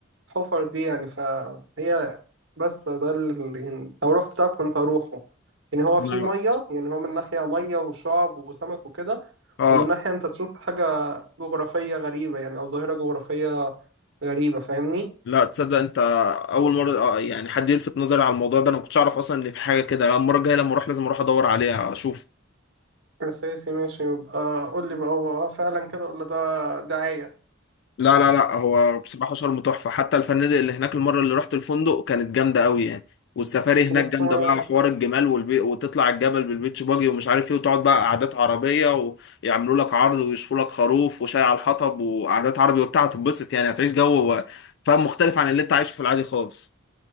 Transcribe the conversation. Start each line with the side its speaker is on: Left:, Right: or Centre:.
Right: حفر دي يعني فهي بس ده ال- يعني لو رحت دهب كنت هروحه يعني هو
Left: نعم.
Right: في مية يعني هو من ناحية مية وشعب وسمك وكده
Left: اه
Right: ومن ناحية أنت تشوف حاجة جغرافية غريبة يعني أو ظاهرة جغرافية غريبة فاهمني؟
Left: لا تصدق انت اول مره آه يعني حد يلفت نظري على الموضوع ده انا ما كنتش اعرف اصلا ان في حاجه كده أنا المره الجايه لما اروح لازم اروح ادور عليها اشوف
Right: أساسي ماشي يبقى قول لي بقى هو فعلا كده ولا ده دعاية
Left: لا لا لا هو بصراحة شرم تحفة حتى الفنادق اللي هناك المرة اللي رحت الفندق كانت جامدة قوي يعني والسفاري هناك
Right: بس
Left: جامدة
Right: ما
Left: بقى حوار الجمال والبي... وتطلع الجبل بالبيتش باجي ومش عارف ايه وتقعد بقى قعدات عربية ويعملوا لك عرض ويشوفوا لك خروف وشاي على الحطب وقعدات عربي وبتاع هتتبسط يعني هتعيش جو فاهم مختلف عن اللي انت عايشه في العادي خالص